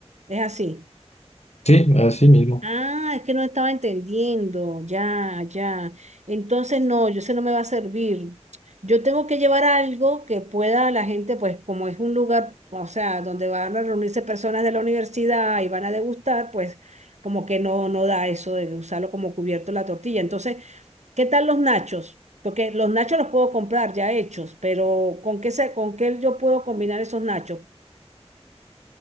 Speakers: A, on the right; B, on the left.
A: Es así.
B: Sí, así mismo.
A: Ah, es que no estaba entendiendo. Ya, ya. Entonces, no, yo sé no me va a servir. Yo tengo que llevar algo que pueda la gente, pues como es un lugar, o sea, donde van a reunirse personas de la universidad y van a degustar, pues como que no, no da eso de usarlo como cubierto la tortilla. Entonces, ¿qué tal los nachos? Porque los nachos los puedo comprar ya hechos, pero ¿con qué se, con qué yo puedo combinar esos nachos?